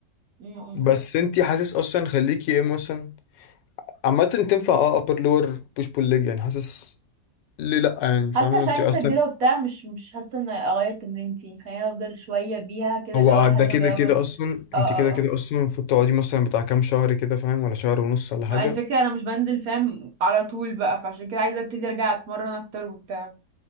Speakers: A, on the right; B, on the left.
A: امم
B: بس انتي حاسس اصلا خليكي ايه مثلا عامة تنفع اه upper lower push pull leg يعني حاسس ليه لأ يعني فاهمة
A: حاسه عشان
B: انتي
A: لسه
B: اصلا
A: جديده وبتاع مش مش حاسه ان اغير تمرينتي خليني افضل شويه بيها كده
B: هو
A: الاول لحد
B: ده كده
A: ما اجربها
B: كده اصلا انتي
A: اه اه
B: كده كده
A: اه
B: اصلا المفروض تقعدي مثلا بتاع كام شهر كده فاهم ولا شهر ونص ولا حاجة
A: ما الفكرة أنا مش بنزل فاهم على طول بقى فعشان كده عايزة ابتدي أرجع أتمرن أكتر وبتاع